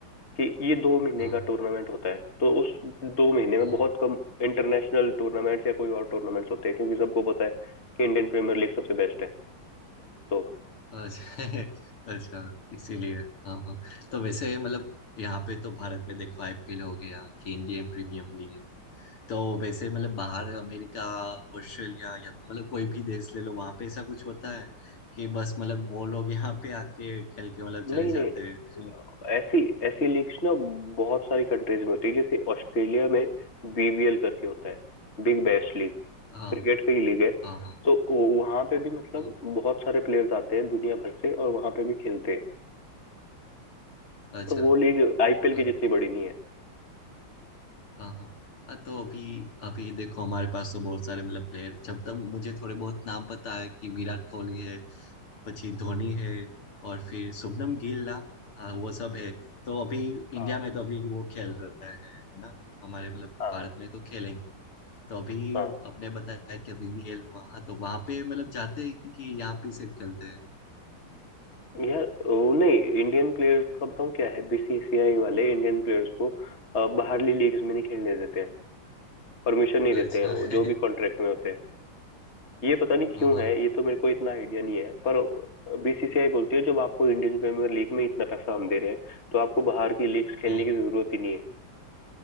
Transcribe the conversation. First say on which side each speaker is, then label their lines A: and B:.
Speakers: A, on the left; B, on the left.
A: कि ये दो महीने
B: हाँ
A: का टूर्नामेंट होता है तो उस दो महीने में
B: हाँ
A: बहुत कम इंटरनेशनल टूर्नामेंट्स या कोई और टूर्नामेंट्स होते हैं क्योंकि सबको पता है कि इंडियन प्रीमियर लीग सबसे बेस्ट है तो
B: अच्छा <laughs> अच्छा इसीलिए हाँ हाँ तो वैसे मतलब यहाँ पे तो भारत में देखो आईपीएल हो गया कि इंडियन प्रीमियम लीग तो वैसे मतलब बाहर अमेरिका ऑस्ट्रेलिया या तो मतलब कोई भी देश ले लो वहाँ पे ऐसा कुछ होता है कि बस मतलब वो लोग यहाँ पे आके खेल के मतलब चले
A: नहीं
B: जाते
A: नहीं
B: हैं <laughs>
A: ऐसी ऐसी लीग्स ना बहुत सारी कंट्रीज में होती है जैसे ऑस्ट्रेलिया में बीबीएल करके होता है बिग बैश लीग
B: हाँ
A: क्रिकेट का ही लीग है
B: हाँ हाँ
A: तो वहां पे भी मतलब
B: हाँ
A: बहुत सारे प्लेयर्स आते हैं दुनिया भर से और वहां पे भी खेलते हैं
B: अच्छा
A: पर वो लीग आईपीएल की
B: हाँ।
A: जितनी बड़ी नहीं है
B: हाँ हाँ हाँ, तो अभी अभी देखो हमारे पास तो बहुत सारे मतलब प्लेयर जब तक मुझे थोड़े बहुत नाम पता है कि विराट कोहली है પછી धोनी है और फिर शुभमन गिल ना हाँ वो सब है तो अभी इंडिया
A: हाँ
B: में तो अभी वो खेल रहा है है ना हमारे मतलब
A: हाँ
B: भारत में तो खेलेंगे तो अभी
A: हाँ
B: अपने बताया कि अभी वीएल वहाँ तो वहाँ पे मतलब जाते हैं कि यहाँ पे सिर्फ खेलते हैं
A: यार वो नहीं इंडियन प्लेयर्स का बताऊँ क्या है बीसीसीआई वाले इंडियन प्लेयर्स को अ, बाहरली लीग्स में नहीं खेलने देते हैं परमिशन नहीं
B: अच्छा
A: देते हैं वो जो भी
B: <laughs>
A: कॉन्ट्रैक्ट में होते हैं ये पता नहीं क्यों
B: हाँ
A: है ये तो मेरे को इतना आइडिया नहीं है पर बीसीसीआई बोलती है जब आपको इंडियन प्रीमियर लीग में इतना पैसा हम दे रहे हैं तो आपको बाहर की लीग्स खेलने
B: हाँ
A: की जरूरत ही नहीं है